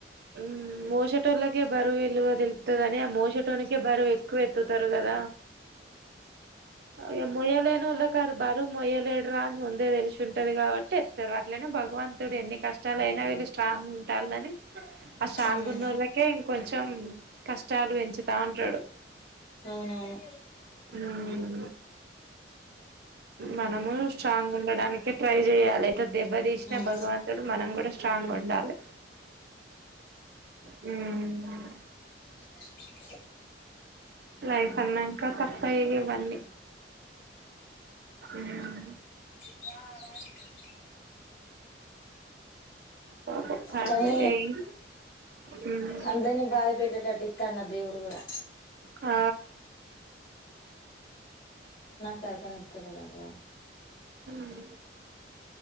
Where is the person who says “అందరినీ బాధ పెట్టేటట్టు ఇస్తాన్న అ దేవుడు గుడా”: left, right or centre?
Left